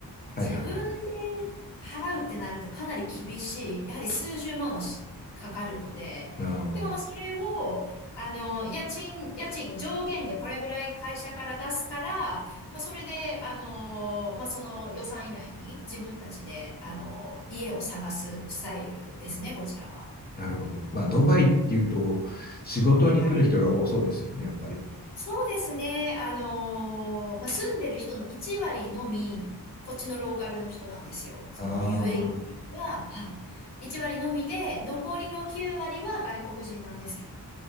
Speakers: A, on the left; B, on the left.
A: はいはいはい。
B: 自分で払うってなるとかなり厳しい、やはり数十万はしかかるので、
A: ああ、
B: でもまあそれを、あの、家賃、家賃上限でこれぐらい会社から出すから、まあ、それで、あのーまあ、その予算以内に自分たちで、あのー家を探すスタイルですね、こちらは。
A: なるほど。まあ、ドバイっていうと、
B: はい。
A: 仕事に来る人が多そうですよね、
B: はい
A: やっぱり。
B: そうですね。あのーまあ、住んでる人の1割のみ、こっちのローカルの人なんですよ。その
A: ああ、
B: UAE 人は、はい。1割のみで、残りの9割は外国人なんです